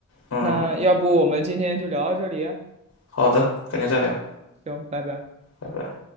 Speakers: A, on the left (about 80°); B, on the right (about 30°).
A: 嗯，
B: 那要不我们今天就聊到这里啊？
A: 好的，改天再聊，
B: 行，拜拜。
A: 拜拜。